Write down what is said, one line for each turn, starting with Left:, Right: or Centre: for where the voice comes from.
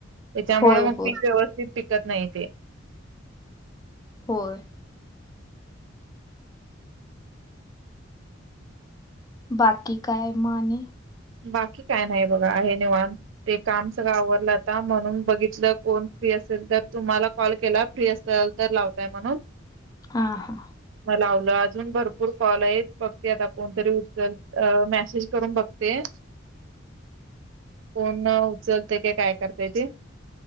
Right: त्याच्यामुळे
Left: होय
Right: मग
Left: होय
Right: पीक व्यवस्थित पिकत नाही.
Left: होय बाकी काय मग आणि?
Right: बाकी काय नाही बघा आहे निवांत. ते काम सगळं आवरडलं आता म्हणून बघितलं कोण फ्री असेल तर तुम्हाला कॉल केला. फ्री असेल तर लावतय ईल म्हणून.
Left: हा हा
Right: लावलं अजून भरपूर काॅल आहेत, बघते आता कोणतरी उचल मेसेज करून बघते. ते कोण उचलते की काय करते ते.